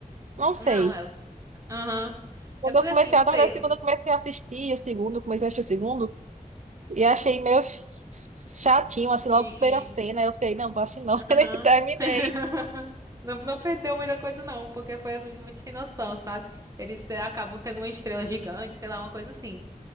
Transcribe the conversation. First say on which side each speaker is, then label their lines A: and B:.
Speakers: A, on the right; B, on the right.
A: Não sei.
B: Não, é os... Aham.
A: Quando
B: É porque,
A: eu comecei,
B: assim, não
A: a- na
B: sei...
A: verdade, assim, quando eu comecei a assistir o segundo, eu comecei a assistir o segundo, e achei meio chatinho, assim,
B: Sim.
A: logo a primeira cena, eu fiquei, não, acho não, <laughs>
B: Aham.
A: nem terminei.
B: <laughs> Não, não perdeu muita coisa, não, porque foi muito sem noção, sabe? Eles te- acabam tendo uma estrela gigante, sei lá, uma coisa assim.